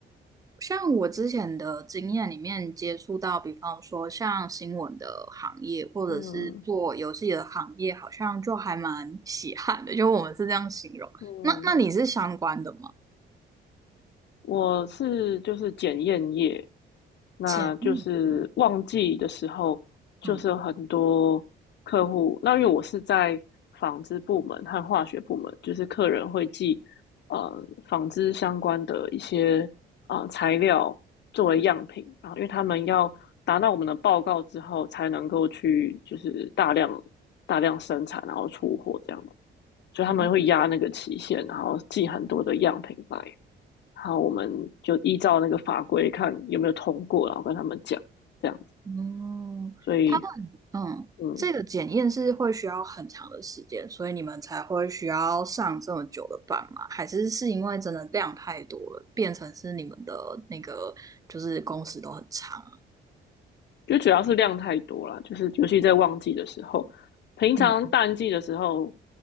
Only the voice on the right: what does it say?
像我之前的经验里面接触到，比方说像新闻的行业，或者是做游戏的行业，
好像就还蛮稀罕的，就我们是这样形容。
那那你是相关的吗？
检验，股，
嗯，
哦，
嗯，
他们，嗯，
这个检验是会需要很长的时间，所以你们才会需要上这么久的班吗？还是是因为真的量太多了，变成是你们的那个就是工时都很长啊？
嗯